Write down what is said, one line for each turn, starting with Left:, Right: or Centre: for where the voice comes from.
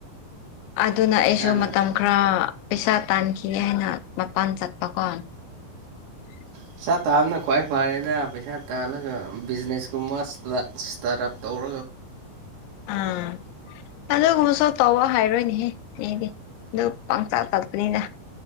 Left: ꯑꯗꯨꯅ
Right: ꯄꯩꯁꯥꯅ
Left: ꯑꯩꯁꯨ ꯃꯇꯝ
Right: ꯑꯗꯨꯝ
Left: ꯈꯔ ꯄꯩꯁꯥ ꯇꯥꯟꯈꯤꯒꯦ ꯍꯥꯏꯅ ꯃꯄꯥꯟ ꯆꯠꯄꯀꯣ <inaudible>
Right: ꯄꯩꯁꯥ ꯇꯥꯕꯅ ꯈ꯭ꯋꯥꯏ ꯐꯔꯦꯅ ꯄꯩꯁꯥ ꯇꯥꯜꯂꯒ ꯕꯤꯖꯤꯅꯦꯁ ꯀꯨꯝꯕ ꯏꯁꯇꯥꯔꯠ ꯑꯞ ꯇꯧꯔꯦ
Left: ꯑꯥ ꯑꯗꯨꯒꯨꯝꯕꯁꯨ ꯇꯧꯋ ꯍꯥꯏꯔꯣꯏꯅꯦꯍꯦ ꯑꯩꯗꯤ ꯑꯗꯨ ꯄꯪꯆꯥꯛ ꯆꯠꯄꯅꯤꯅ